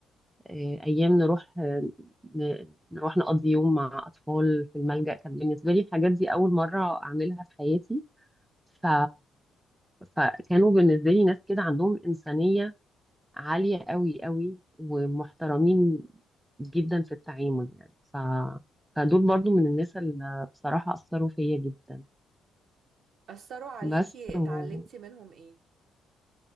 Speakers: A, in the centre; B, on the right.
A: آه، أيام نروح آه، ن- نروح نقضي يوم مع أطفال في الملجأ كان بالنسبة لي الحاجات دي أول مرة أعملها في حياتي ف... فكانوا بالنسبة لي ناس كده عندهم إنسانية عالية قوي قوي ومحترمين جدا في التعامل يعني ف... فدول
B: مم.
A: برضو من الناس اللي بصراحة أثروا فيا جدا
B: أثروا عليكي
A: بس
B: اتعلمتي
A: و...
B: منهم ايه؟